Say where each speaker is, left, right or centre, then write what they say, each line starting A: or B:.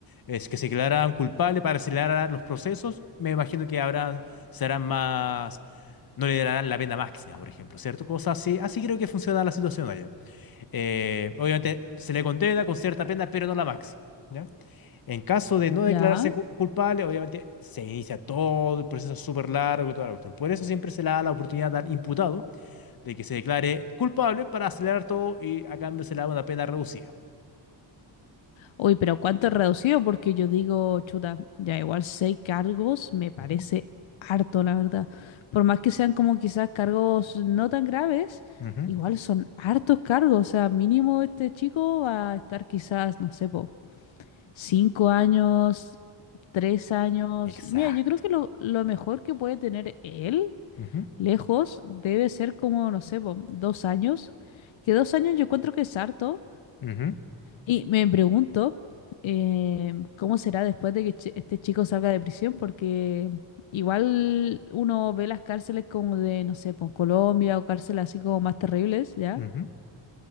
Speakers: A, on the left (about 50°); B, on the left (about 80°).
A: es que se declararan culpables para acelerar los procesos. Me imagino que habrán, serán más, no le darán la pena máxima, por ejemplo, ¿cierto? Cosas así. Así creo que funciona la situación allá. Eh, obviamente se le condena con cierta pena, pero no la máxima. ¿ya? En caso de no declararse
B: ya.
A: cu- culpable, obviamente se inicia todo el proceso súper largo y toda la cuestión. Por eso siempre se le da la oportunidad al imputado de que se declare culpable para acelerar todo y a cambio se le da una pena reducida.
B: Uy, pero ¿cuánto es reducido? Porque yo digo, chuta, ya igual seis cargos me parece
A: Ujú,
B: harto, la verdad. Por más que sean como quizás cargos no tan graves,
A: ujú,
B: igual son hartos cargos. O sea, mínimo este chico va a estar quizás, no sé, po, cinco años, tres años.
A: Exacto.
B: Mira, yo creo que lo, lo mejor que puede tener él
A: ujú,
B: lejos debe ser como, no sé, po, dos años. Que dos años yo encuentro que es harto.
A: ujú,
B: Y me pregunto eh, cómo será después de que chi- este chico salga de prisión, porque igual uno ve las cárceles como de, no sé, pues Colombia o cárceles así como más terribles, ¿ya?
A: ujú.